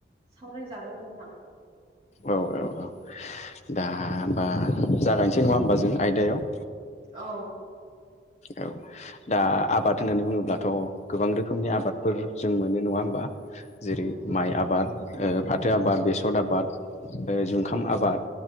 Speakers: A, on the right (about 30°); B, on the left (about 40°).
A: सावरायजागोन नोंथां।
B: औ औ औ दा होमबा जागायनोसै नङा होमबा जों आयदायाव।
A: औ।
B: औ दा आबाद होननानै बुङोब्लाथ' गोबां रोखोमनि आबादफोर जों मोनो नङा होमबा जेरै
A: उम
B: माइ आबाद ओ फाथो आबाद बेसर आबाद। ओ जुंखाम आबाद